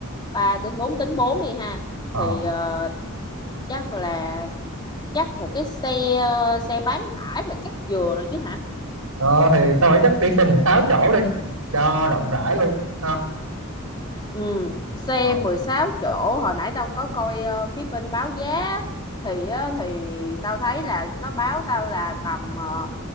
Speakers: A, on the left; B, on the right.
A: ba đến bốn tính bốn đi ha
B: Ờ,
A: thì ờ, chắc là chắc một cái xe ờ, xe bán tải là chắc vừa rồi chứ hả
B: ờ, thì tao nghĩ chắc đi xe 16 chỗ đi cho rộng rãi luôn ha
A: ừ xe
B: Ờ.
A: mười sáu chỗ hồi nãy tao có coi ờ, phía bên báo giá thì á, thì tao thấy là nó báo tao là tầm ờ,